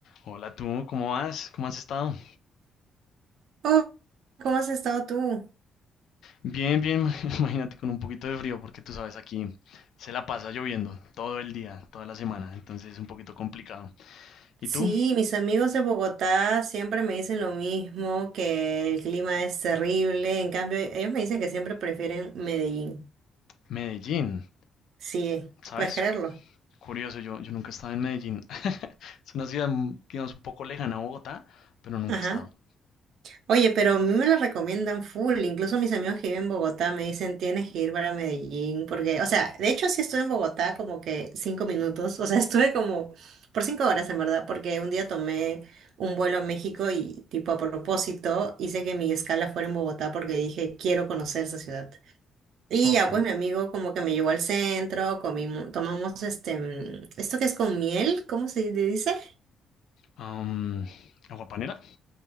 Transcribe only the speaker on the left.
Hola tú, ¿cómo vas? ¿Cómo has estado?
Bien, bien, <laughs> imagínate con un poquito de frío porque tú sabes aquí se la pasa lloviendo todo el día, toda la semana, entonces es un poquito complicado. ¿Y
tú?
Medellín,
¿sabes?
Curioso, yo, yo nunca he estado en Medellín. <laughs> Es una ciudad, mm, digamos, un poco lejana a Bogotá, pero nunca
he estado.
Ok.
Am, agua panela